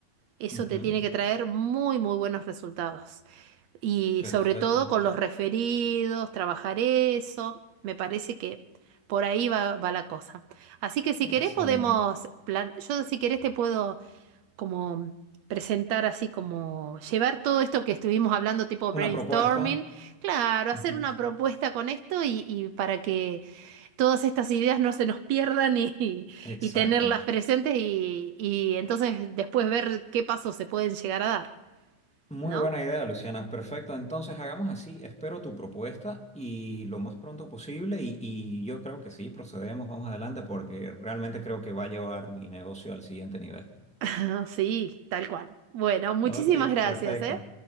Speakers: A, on the right; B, in the centre.
A: eso
B: Ujú.
A: te tiene que traer muy, muy buenos resultados. Y
B: Perfecto.
A: sobre todo con los referidos, trabajar eso, me parece que por ahí va, va la cosa. Así que si
B: Excelente.
A: querés podemos, plan- yo si querés te puedo como presentar así como llevar todo esto que estuvimos hablando tipo brainstorming,
B: Una propuesta.
A: claro, hacer
B: Ujú.
A: una propuesta con esto y y para que todas estas ideas no se nos pierdan y,
B: Exacto.
A: y tenerlas presentes y, y entonces después ver qué pasos se pueden llegar a dar,
B: Muy
A: ¿no?
B: buena idea, Luciana. Perfecto. Entonces hagamos así. Espero tu propuesta y lo más pronto posible. Y, y yo creo que sí, procedemos, vamos adelante porque realmente creo que va a llevar mi negocio al siguiente nivel.
A: <laughs> Sí, tal cual. Bueno, muchísimas
B: Ok,
A: gracias,
B: perfecto.
A: ¿eh?